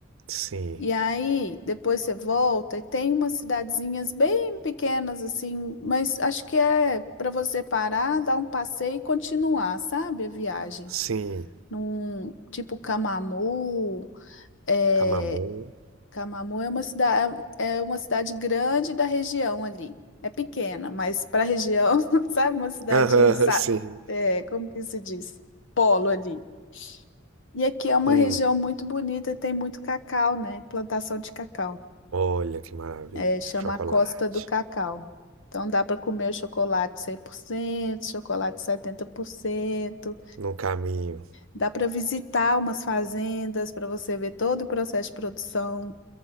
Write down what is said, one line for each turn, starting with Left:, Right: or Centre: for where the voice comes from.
Right: Sim,
Left: E aí depois você volta e tem umas cidadezinhas bem pequenas assim, mas acho que é para você parar, dar um passeio e continuar, sabe, a viagem.
Right: sim,
Left: Num tipo Camamu, é,
Right: Camamu.
Left: Camamu é uma cidade, é é uma cidade grande da região ali. É pequena, mas para a região, <laughs> sabe, uma cidade,
Right: Aham,
Left: sa-
Right: <laughs> sim.
Left: é, como que se diz? Polo ali. E aqui é uma
Right: Hum.
Left: região muito bonita, tem muito cacau, né? Plantação de cacau.
Right: Olha que maravilha,
Left: É, chama
Right: chocolate
Left: a Costa do Cacau. Então dá para comer o chocolate 100%, chocolate 70%.
Right: no caminho.
Left: Dá para visitar umas fazendas para você ver todo o processo de produção.